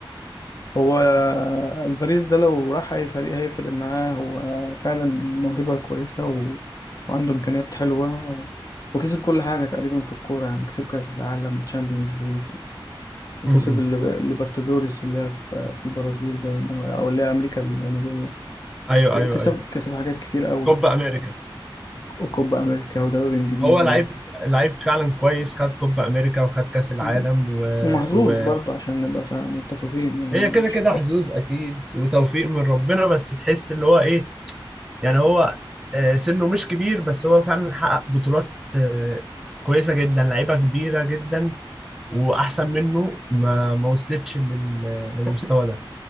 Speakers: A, on the left (about 40°); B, in the centre.
A: هو آه، الباريس ده لو راح اي فريق هيفرق معاه هو آه، فعلا موهبة كويسة و... وعنده امكانيات حلوة وكسب كل حاجة تقريبا في الكورة يعني كسب كأس العالم وتشامبيونز ليج وكسب
B: م- م.
A: الليب- الليبرتادوريس اللي هي في في البرازيل دايما او اللي هي امريكا الجنوبيه
B: ايوه
A: ك-
B: ايوه
A: كسب
B: ايوه
A: كسب حاجات كتير قوي
B: كوبا امريكا
A: وكوبا امريكا ودوري انجليزي
B: هو لعيب لعيب فعلا كويس خد كوبا امريكا وخد كاس العالم
A: و-
B: و...
A: ومحظوظ
B: و...
A: برضه عشان نبقى فا- متفقين يعني
B: هي
A: هو
B: كده
A: مش
B: كده حظوظ اكيد وتوفيق من ربنا بس تحس اللي هو ايه يعني هو آه، سنه مش كبير بس هو فعلا حقق بطولات آه، كويسة جدا لعيبة كبيرة جدا وأحسن منه ما ما وصلتش لل- للمستوى ده